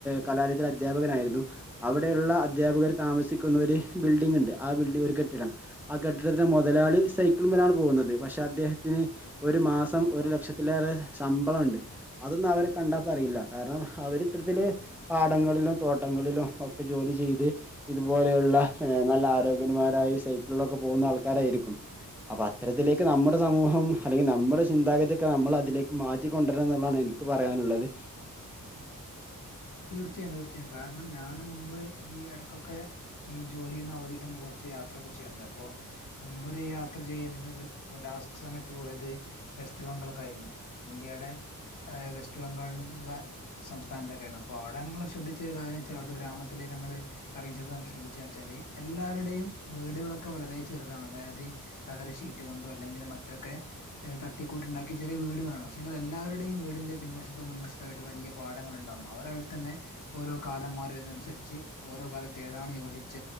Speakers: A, in the centre; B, on the left.
A: കലാലയത്തിലെ അധ്യാപകൻ അാ ആയിരുന്നു അവിടെയുള്ള അധ്യാപകർ താമസിക്കുന്ന ഒരു ബിൽഡിംഗ ഉണ്ട് ആ ബിൽഡി ഒരു കെട്ടിടം ആ. കെട്ടിടത്തിലെ മുതലാളി സൈക്കിളിങ്ങിലാണ് പോകുന്നത് പക്ഷെ അദ്ദേഹത്തിന് ഒരു മാസം ഒരു ലക്ഷത്തിലേറെ ശമ്പളം ഉണ്ട് അതൊന്നും അവരെ കണ്ടാൽ പറയില്ല കാരണം അവരി ഇത്തരത്തില് പാടങ്ങളിലും തോട്ടം ങ്ങളിലോ ഒക്കെ ജോലി ചെയ്ത് ഇതുപോലെയുള്ള നല്ല ആരോഗ്യന്മാരായി സൈക്കിളിലൊക്കെ പോകുന്ന ആൾക്കാരായിരിക്കും അപ്പൊ അത്തരത്തിലേക്ക് നമ്മുടെ സമൂഹം അല്ലെങ്കിൽ നമ്മുടെ ചിന്താഗതിയൊക്കെ നമ്മൾ അതിലേ മാറ്റിക്കൊണ്ടുവരാ എന്നുള്ളതാണ് എനിക്ക് പറയാനുള്ളത്
B: തീർച്ചയായും തീർച്ചയായും കാരണം ഞാൻ മുമ്പ് ഈ ഇടയ്ക്കൊക്കെ ഈ ജോലിന്ന് അവധികിട്ടുമ്പോൾ കുറച്ച് യാത്ര ചെയ്യാറുണ്ട് അപ്പോൾ മുമ്പൊരു യാത്ര ചെയ്ത് ലാസ്റ്റ് സമയത്ത് പോയത് വെസ്റ്റ് ബംഗക്കായിരുന്നു ഇന്ത്യയുടെ വെസ്റ്റ് ബംഗാളൽനിന്നുള്ള സംസ്ഥാനത്തെ അപ്പോൊ അവിടെങ്ങള്െ ശ്രദ്ധിച്ച ഒരു കാര്യം വച്ചാൽ അവിത്തെ ഗ്രമത്തിലേക്ക്ങ്ങള് അയിത് ശ്രദ്ിച്ച വച്ചാല് എല്ലാരരും വീടുകളൊക്കെ വളരെ ചെറുതാണ് അതായത് തകരഷീറ്റ് കൊണ്ടോ അല്ലെങ്കിൽ മറ്റൊക്കെ തട്ടിക്കൂട്ടുണ്ടാക്കി ചെറിയീടുകളാണ് പക്ഷെങ്കിൽ എല്ലാവരുടെയും വീടിൻ്റെ പിൻവശതോ മുൻവശത്തമായിട്ട വലിയ പാടങ്ങൾ ഉണ്ടാവും അവരാ തന്നെ ഓരോ കാലം മാറതിനനുസരിച്ച് ഓരോ കാലത്ത് ഏതാണ് യോജിച്ച